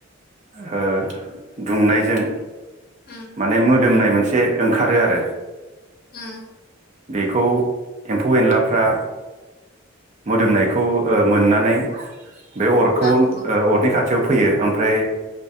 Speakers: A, on the right; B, on the left.
A: ओ दुंनायजों
B: उम
A: माने मोदोमनाय मोनसे ओंखारो आरो।
B: ओम।
A: बेखौ एम्फौ एनलाफ्रा मोदोमनायखौ ओ मोननानै बे अरखौ
B: बाथौबो
A: ओ अरनि खा खाथियाव फैयो ओमफ्राय